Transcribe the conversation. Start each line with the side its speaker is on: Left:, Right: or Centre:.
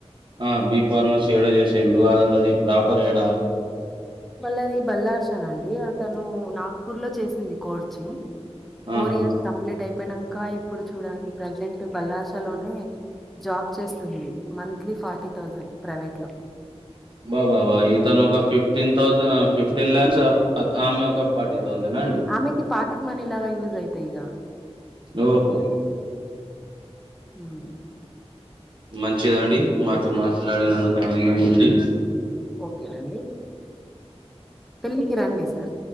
Right: అ బీ ఫార్మసి ఏడ చేశిండు అ ఆళ్ళది ప్రాపర్ ఏడా
Centre: వళ్ళది బల్లార్సన్ అండి అతను నాగ్పూర్ లో చేసింది కోర్చు ఫోర్
Right: ఆహా
Centre: ఇయర్స్ కంప్లీట్ అయిపోయినంక ఇప్పుడు చూడండి ప్రజెంట్ బల్లార్స లోనే జాబ్ చేస్తుంది మంత్లీ ఫార్టీ థౌజండ్ ప్రైవేట్ లో
Right: బా బా బా ఇతను ఒక ఫిఫ్టీన్ థౌజండ్ ఫిఫ్టీన్ ల్యాక్స్ ఆమె ఒక ఫార్టీ థౌసన్ ఆ అండి
Centre: ఆమెకి పాకెట్ మనీ లాగా యూజ్ అయితాయి ఇంగ
Right: ఓహో
Centre: మ్
Right: మంచిదండి మాతో మాట్లాడినందుకు ఆనందంగా ఉంది.
Centre: ఓకెనండి పెళ్ళికి రాండి సార్